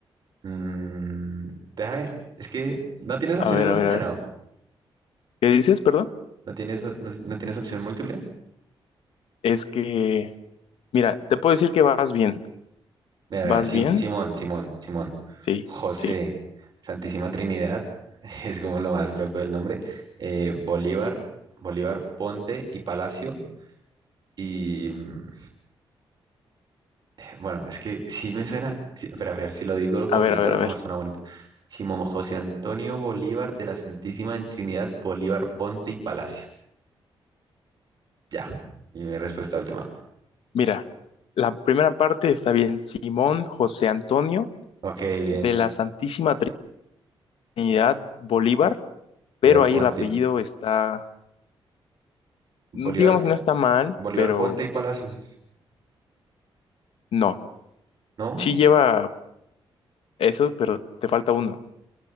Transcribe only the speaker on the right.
Mm, déjame, es que no tienes opciones
múltiples,
no.
No tienes, o- no, no tienes opción múltiple.
Mira,
mira, Sim-
Simón, Simón, Simón.
José,
Santísima Trinidad, <laughs> es como lo más loco del nombre. eh, Bolívar, Bolívar Ponte y Palacio. Y mm, eh, bueno, es que sí me suena, sí, pero a ver, si lo digo completo,
a lo
mejor suena bonito. Simón José Antonio Bolívar de la Santísima en Trinidad, Bolívar Ponte y Palacio. Ya, y mi respuesta última.
Ok, bien.
Bolívar
Ponte,
Bolívar,
Bolívar
Ponte y Palacio,
¿no?